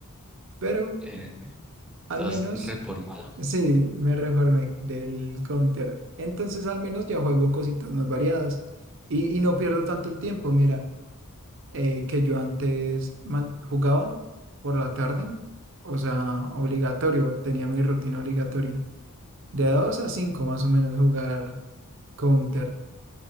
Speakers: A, on the right (about 60°); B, in the centre.
A: pero
B: Eh,
A: al
B: ¿estás
A: menos
B: reformado?
A: sí me reformé del Counter. Entonces al menos ya juego cositas más variadas y, y no pierdo tanto el tiempo. Mira, eh, que yo antes man- jugaba por la tarde, o sea, obligatorio, tenía mi rutina obligatoria. De 2 a 5 más o menos jugar Counter.